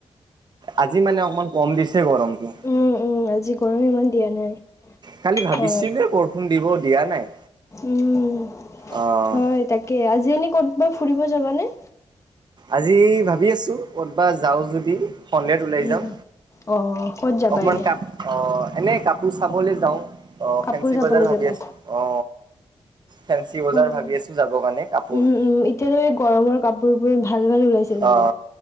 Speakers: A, on the right; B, on the left.
A: আজি মানে অকমান কম দিছে গৰমটো।
B: উম উম আজি গৰম ইমান দিয়া নাই।
A: কালি ভাবিছিলোঁ
B: হয়
A: বৰষুণ দিব দিয়া নাই।
B: উম
A: অ'
B: হয় তাকে আজি এনে ক'তবাৰ ফুৰিব যাবানে?
A: আজি ভাবি আছোঁ কৰ'বাত যাওঁ যদি। সন্ধিয়াত ওলাই
B: উম
A: যাম
B: অ ক'ত যাবা
A: অকমান
B: এনে
A: কাপ অ এনে কাপ তোৰ চাবলৈ যাওঁ অ
B: কাপোৰ
A: ফেঞ্চি
B: চাবলৈ
A: বজাৰ ভাবি
B: যাবা?
A: আছোঁ অ। ফেঞ্চি বজাৰ
B: হয়
A: ভাবি আছোঁ যাব কাৰণে কাপোৰ-
B: উম উম এতিয়াতো এই গৰমৰ কাপোৰবোৰ ভাল ভাল ওলাইছে চাগে।
A: অ